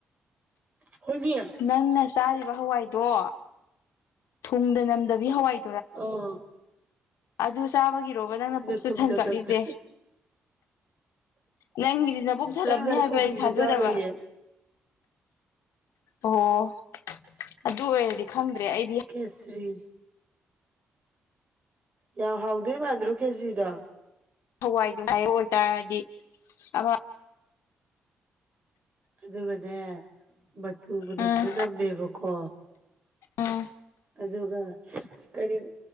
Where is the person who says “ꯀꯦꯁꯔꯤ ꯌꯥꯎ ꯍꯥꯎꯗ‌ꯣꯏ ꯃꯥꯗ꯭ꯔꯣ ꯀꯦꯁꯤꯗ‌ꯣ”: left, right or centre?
Right